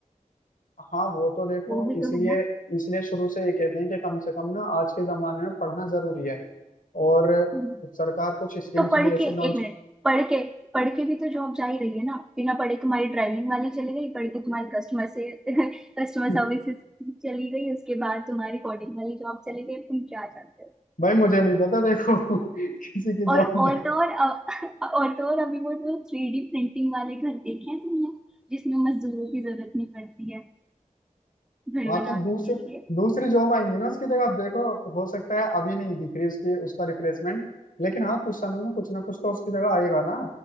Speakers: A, on the left; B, in the centre.
A: हाँ वो तो देखो
B: वो भी
A: इसलिए
B: तो है
A: इसलिए शुरू से ये कहते हैं कि कम से कम ना आज के जमाने में पढ़ना जरूरी है और
B: ना
A: सरकार कुछ स्कीम्स
B: तो पढ़
A: भी ऐसी
B: के
A: लॉन्च
B: एक मिनट पढ़ के पढ़ के भी तो जॉब जा ही रही है ना बिना पढ़े तुम्हारी ड्राइविंग वाली चली गई पढ़ के तुम्हारी कस्टमर से <laughs> कस्टमर
A: <laughs>
B: सर्विसेज चली गई उसके बाद तुम्हारी कोडिंग वाली जॉब चली गई तुम क्या चाहते हो
A: भाई मुझे नहीं पता देखो <laughs> किसी की जॉब
B: और और तो और अ- <laughs> और तो और अभी वो जो थ्री डी प्रिंटिंग वाले घर देखे हैं तुमने जिसमें मजदूरों की जरूरत नहीं पड़ती है घर
A: हाँ
B: बनाने
A: तो दूसरे
B: के लिए
A: दूसरी जॉब आएंगी ना उसकी जगह आप देखो हो सकता है अभी नहीं दिख रही उसकी उसका रिप्लेसमेंट लेकिन हाँ कुछ समय में कुछ ना कुछ तो उसकी जगह आएगा ना